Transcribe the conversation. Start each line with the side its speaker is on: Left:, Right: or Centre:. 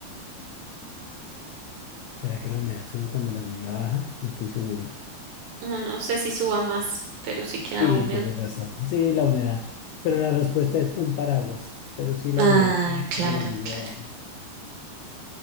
Left: ¿Será que la humedad sube cuando la lluvia baja? No estoy seguro.
Right: No, no sé si suba más, pero sí queda
Left: Sí,
Right: húmedo.
Left: tienes razón. Sí, la humedad. Pero la respuesta es un paraguas. Pero sí, la
Right: Ah,
Left: humedad sube
Right: claro,
Left: cuando la lluvia
Right: claro.
Left: baja.